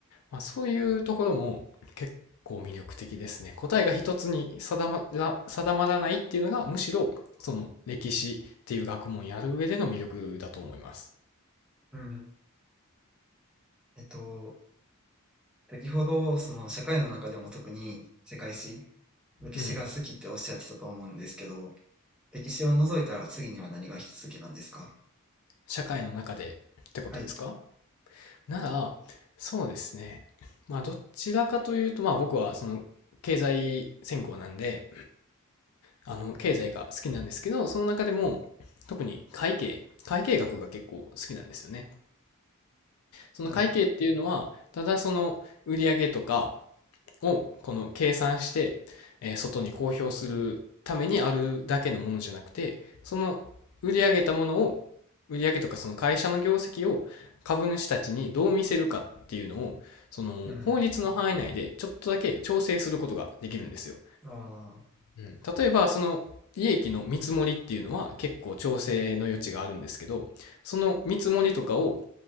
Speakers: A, on the left; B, in the centre.
A: まあ、そういうところも結構魅力的ですね答えが一つに定まら定まらないっていうのがむしろその歴史っていう学問やる上での魅力だと思います
B: うん。えっと、先ほど、その社会の中でも特に世界史、歴史が好きっておっしゃってたと思うんですけど、
A: うん
B: 歴史を除いたら次には何が好きなんですか
A: 社会の中でってことですか
B: はい。
A: なら、そうですね。まあ、どちらかというと、まあ、僕は、その、経済専攻なんで、あの、経済が好きなんですけど、その中でも、特に会計、会計学が結構好きなんですよね。その会計っていうのは、
B: なるほど。
A: ただその売上とか、を、この計算して、えー外に公表するためにあるだけのものじゃなくて、その売り上げたものを、売り上げとかその会社の業績を株主たちにどう見せるかっていうのを、その法律の範囲内でちょっとだけ調整することができるんですよ。
B: うん。ああ、
A: うん、例えば、その利益の見積もりっていうのは結構調整の余地があるんですけど、その見積もりとかを